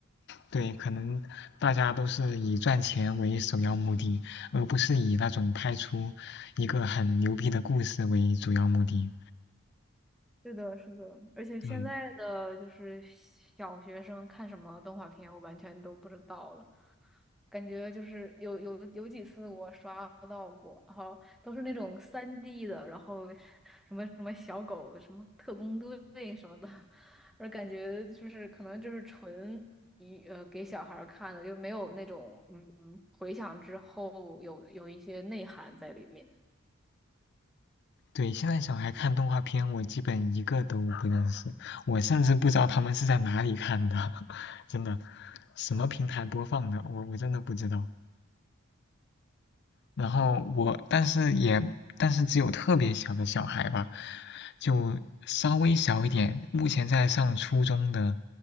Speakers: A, on the left; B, in the centre.
A: 对，可能大家都是以赚钱为首要目的，而不是以那种拍出一个很牛逼的故事为主要目的。
B: 是的，是的，而且现在的就是
A: 嗯。
B: 小学生看什么动画片，我完全都不知道了。感觉就是有有有几次我刷到过，然后都是那种三 d 的，然后什么什么小狗、什么特工队什么的，而感觉就是可能就是纯一呃给小孩儿看的，就没有那种嗯回想之后有有一些内涵在里面。
A: 对，现在小孩看动画片，我基本一个都不认识，我甚至不知道他们是在哪里看的，<laughs> 真的，什么平台播放的，我我真的不知道。然后我，但是也，但是只有特别小的小孩吧，就稍微小一点，目前在上初中的，